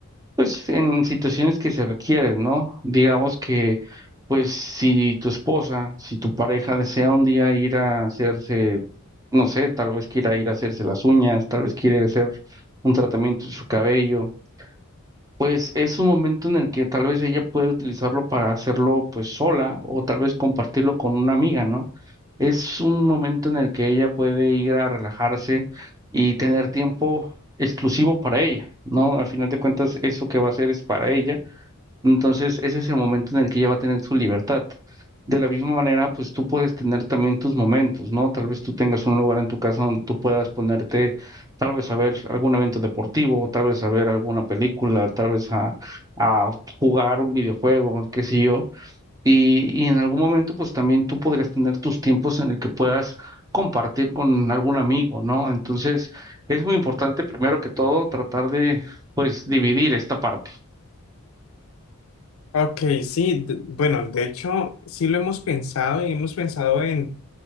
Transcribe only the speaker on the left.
Ok, sí, d- bueno, de hecho, sí lo hemos pensado y hemos pensado en,